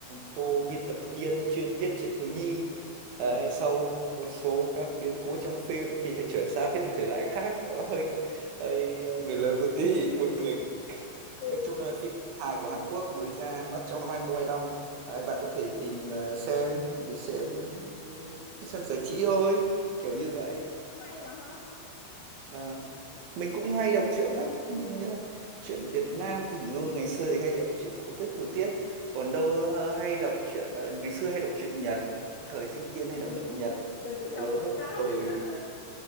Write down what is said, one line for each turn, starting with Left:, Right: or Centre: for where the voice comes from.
Right: cô biên tập viên chuyên viết truyện thiếu nhi
Left: ừ.
Right: Đấy, sau một số các biến cố trong phim thì lại chuyển sang viết một thể loại khác nó hơi, hơi người lớn một tí <laughs> buồn cười cực <laughs>
Left: Ồ,
Right: nói chung là phim hài của Hàn Quốc mới ra mắt trong năm 2025 Đấy, bạn có thể tìm ờ, xem để xem ừ, xem giải trí thôi kiểu như vậy
Left: cũng hay mà ha.
Right: Ờ, mình cũng hay đọc truyện lắm nhưng ờ, truyện Việt Nam thì đúng là ngày xưa thì hay đọc truyện cổ tích kiều tiếc còn đâu ờ, hay đọc truyện ờ, ngày xưa hay đọc truyện Nhật cũng thời sinh viên hay đọc
Left: Ừ,
Right: truyện Nhật
Left: tớ thích
Right: lớn
Left: đọc Conan.
Right: hơn thời
Left: <laughs>